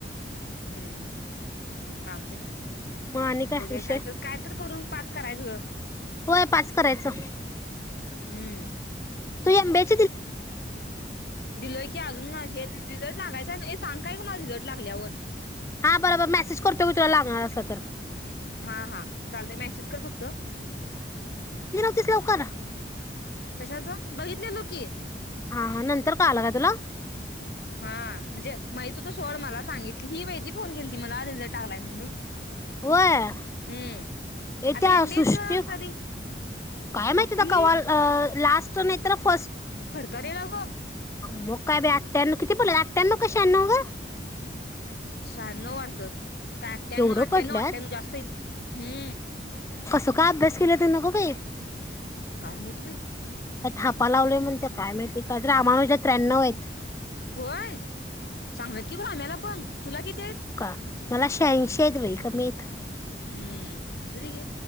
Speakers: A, on the left; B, on the left.
A: हम्म चालतय
B: मग आणि
A: बघुया
B: विषय
A: काय तरी काय तरी करून पाच करायचं ग
B: होय पाच करायचं
A: हम्म
B: तू एम बी ए
A: दिलोय की अजून ना हे रीजल रिझल्ट लागायचा नाही सांग काय ग मला रिझल्ट लागल्यावर.
B: हा बर बर मेसेज करतो मी तुला लागणार असलं तर
A: हा हा चालतय मेसेज कर फक्त
B: तीस लवकर
A: कशाचं बघितलेलो की
B: हा हा नंतर कळालं काय तुला
A: हा म्हणजे माहित होत सोड मला सांगितली ही वैदी फोन केल ती मला रिझल्ट लागलाय म्हणून
B: व्हय
A: हम्म
B: ए
A: आता
B: त्या
A: एमबीएच
B: सृष्टी काय
A: तरी बकी
B: माहिती अता कवा लास्ट नाहीत तर फर्स्ट
A: तरी नको
B: अ मग काय बाय अठ्याण्णव किती पडले अठ्याण्णव का श्याण्णव ग
A: शहा्णव वाटतं काय आठ्यानऊ
B: एवढं
A: आठ्यानऊ
B: पडल्यात
A: आठ्यानऊ जास्त आहेत, हं
B: त का अभ्यास केले त नको काय त्या
A: काय माहित बाई
B: थापा लावले म्हण त्या काय माहिती त्र्याण्णव आहेत
A: होय चांगलं की ग आम्याला पण तुला किती आहेत
B: होका मला शहांशीत बाई कमीत
A: हम्म असू दे घे